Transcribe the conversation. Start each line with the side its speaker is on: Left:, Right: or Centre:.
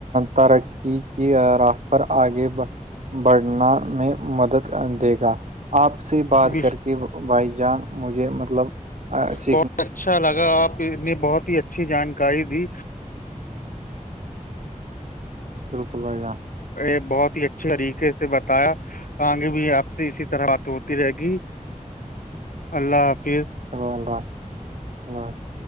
Right: ترقی کی راہ پر آگے بڑھنا میں مدد دے گا آپ سے بات
Left: ہیں
Right: کر کے بھائی جان مجھے مطلب س
Left: بہت اچھا لگا آپ نے بہت ہی اچھی جانکاری دی
Right: بالکل بھ
Left: یہ بہت ہی اچھے طریقے سے بتایا آگے بھی آپ سے اسی طرح بات ہوتی رہے گی اللہ حافظ
Right: چلو اللہ حافظ